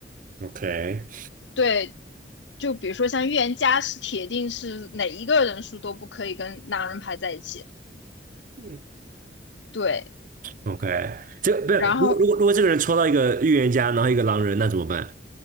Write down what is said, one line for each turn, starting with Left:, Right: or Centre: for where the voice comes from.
Right: OK。
Left: 对。就比如说像预言家是铁定是哪一个人数都不可以跟狼人排在一起，
Right: 嗯。
Left: 对，
Right: OK，这不是如果如果如果这个人抽到一个预言家，
Left: 然后
Right: 然后一个狼人，那怎么办？